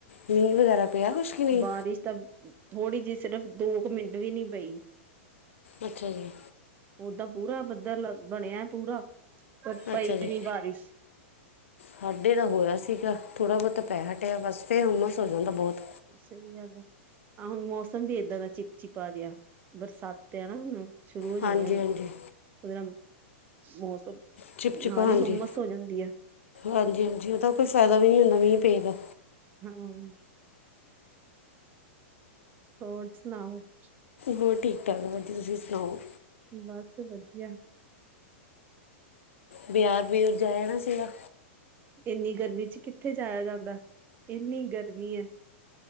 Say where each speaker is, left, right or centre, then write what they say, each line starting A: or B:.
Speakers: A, on the left; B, on the right.
A: ਮੀਂਹ ਵਗੈਰਾ ਪਿਆ ਕੁਛ? ਕਿ ਨਹੀਂ
B: ਬਾਰਿਸ਼ ਤਾਂ ਥੋੜ੍ਹੀ ਜਿਹੀ ਸਿਰਫ਼ ਦੋ ਕੁ ਮਿੰਟ ਵੀ ਨੀ ਪਈ।
A: ਅੱਛਾ ਜੀ।
B: ਓਦਾਂ ਪੂਰਾ ਬੱਦਲ ਬਣਿਆ ਪੂਰਾ ਪਰ ਪਈ
A: ਅੱਛਾ ਜੀ
B: ਨੀ ਬਾਰਿਸ਼।
A: ਸਾਡੇ ਤਾਂ ਹੋਇਆ ਸੀਗਾ ਥੋੜਾ ਬਹੁਤਾ ਪੈ ਹਟਿਆ ਬਸ ਫਿਰ ਹੂੰਮਸ ਹੋ ਜਾਂਦਾ ਬਹੁਤ।
B: ਸਹੀ ਗੱਲ ਹੈ। ਆਹ ਹੁਣ ਮੌਸਮ ਵੀ ਏਦਾਂ ਦਾ ਚਿਪਚਿਪਾ ਜਿਆ ਬਰਸਾਤ ਆ ਨਾ ਹੁਣ। ਸ਼ੁਰੂ ਹੋ ਜਾਣੀਆਂ
A: ਹਾਂਜੀ
B: ਹੁਨ
A: ਹਾਂਜੀ
B: ੳਦੇ ਨਾਲ ਮੌਸਮ
A: ਚਿਪਂਚਿਪਾ
B: ਨਾਲ
A: ਹਾਂਜੀ,
B: ਹੀ ਹੁਮਸ ਹੋ ਜਾਂਦੀ ਆ
A: ਹਾਂਜੀ, ਹਾਂਜੀ ਉਹਦਾ ਕੋਈ ਫਾਇਦਾ ਵੀ ਨਹੀਂ ਹੁੰਦਾ ਮੀਂਹ ਪਏਦਾ
B: ਹਾਂ। ਹੋਰ ਸੁਣਾਓ ਕੁਛ
A: ਹੋਰ ਠੀਕ ਠਾਕ, ਵਧੀਆ ਤੁਸੀਂ ਸੁਣਾਓ?
B: ਬਸ ਵਧੀਆ।
A: ਬਿਆਰ ਬਊਰ ਜਾ ਆਣਾ ਸੀਗਾ।
B: ਏਨੀ ਗਰਮੀ ਚ ਕਿੱਥੇ ਜਾਇਆ ਜਾਂਦਾ ਏਨੀ ਗਰਮੀ ਏ।